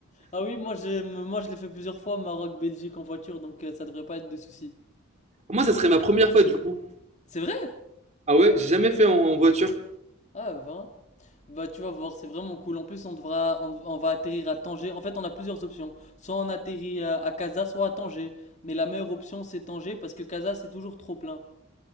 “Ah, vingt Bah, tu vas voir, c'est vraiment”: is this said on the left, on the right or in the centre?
Left